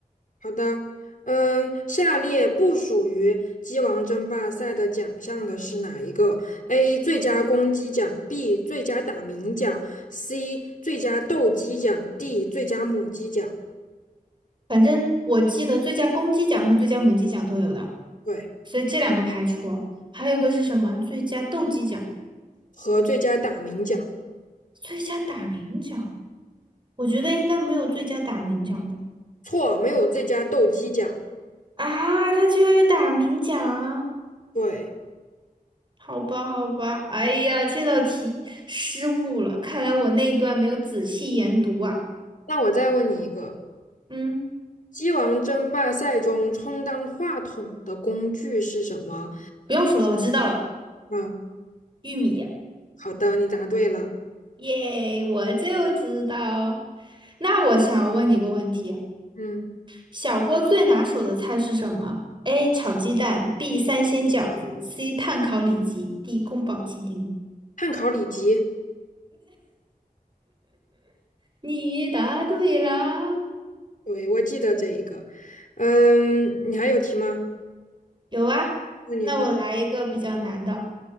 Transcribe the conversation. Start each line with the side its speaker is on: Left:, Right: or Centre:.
Left: 好的，嗯，下列不属于鸡王争霸赛的奖项的是哪一个？A. 最佳公鸡奖，B. 最佳打鸣奖，C. 最佳斗鸡奖，D. 最佳母鸡奖。
Right: 反正我记得最佳公鸡奖和最佳母鸡奖都有的，
Left: 对，
Right: 所以这两个排除。还有一个是什么？最佳斗鸡奖、
Left: 和最佳打鸣奖。
Right: 最佳打鸣奖，我觉得应该没有最佳打鸣奖吧。
Left: 错，没有最佳斗鸡奖。
Right: 啊，他居然有打鸣奖！
Left: 对，
Right: 好吧，好吧，哎呀，这道题失误了，看来我那一段没有仔细研读啊。
Left: 那我再问你一个，
Right: 嗯，
Left: 鸡王争霸赛中充当话筒的工具是什么？
Right: 不用说了，我知道了，
Left: 嗯，
Right: 玉米，
Left: 好的，你答对了。
Right: 耶，我就知道。那我想问你个问题：
Left: 嗯，
Right: 小郭最拿手的菜是什么？A. 炒鸡蛋，B. 三鲜饺子，C. 炭烤里脊，D. 宫保鸡丁。
Left: 汉考里脊。
Right: 你答对啦！
Left: 对，我记得这一个。嗯，你还有题吗？
Right: 有啊，
Left: 那你说
Right: 那我来一个比较难的。